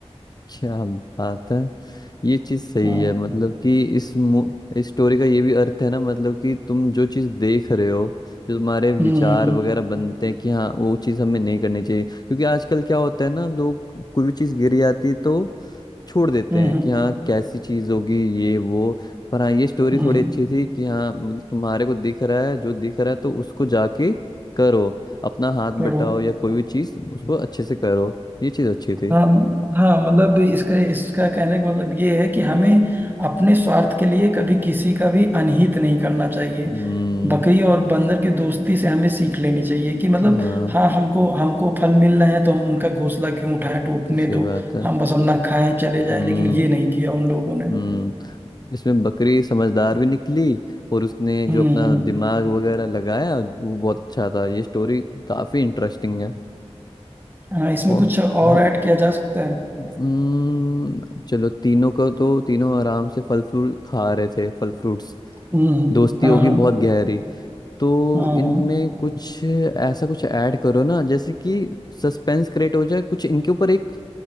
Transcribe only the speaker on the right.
हाँ
हम्म हम्म
हम्म
हम्म
हम्म
हम्म।
करूँ
हाँ हाँ मतलब इसका इसका कहने का मतलब ये है कि हमें अपने स्वार्थ के लिए कभी किसी का भी अनहित नहीं करना चाहिए
बकरी और बंदर की दोस्ती से हमें सीख लेनी चाहिए कि मतलब
हाँ हमको हमको फल मिल रहे हैं तो हम उनका घोंसला क्यों उठाएं टूटने
दो
हम बस अपना खाएं चले जाएं
लेकिन ये नहीं किया उन लोगों ने
हम्म
हम्म हम्म।
हाँ इसमें
कुछ और ऐड किया जा सकता है
हम्म हम्म,
हाँ हाँ
हाँ
हाँ